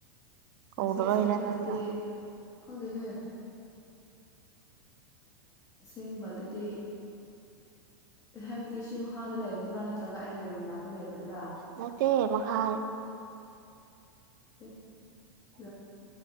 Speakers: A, on the right (about 60°); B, on the left (about 25°).
A: ꯀꯧꯗꯕꯩꯔ
B: ꯃꯁꯤ ꯑꯁꯦꯡꯕꯗꯗꯤ
A: ꯅꯪꯅ
B: ꯈꯪꯗꯦꯍꯦ ꯑꯁꯦꯡꯕꯗꯗꯤ ꯍꯥꯏꯕꯗꯤ ꯁꯤ ꯃꯈꯥꯗ ꯂꯩꯕꯗꯨꯔꯥ ꯅꯠꯇ꯭ꯔꯒ ꯑꯩꯒꯤ ꯔꯨꯝ ꯃꯅꯥꯛꯇ ꯂꯩꯕꯗꯨꯔꯥ
A: ꯅꯠꯇꯦ ꯃꯈꯥ
B: <inaudible>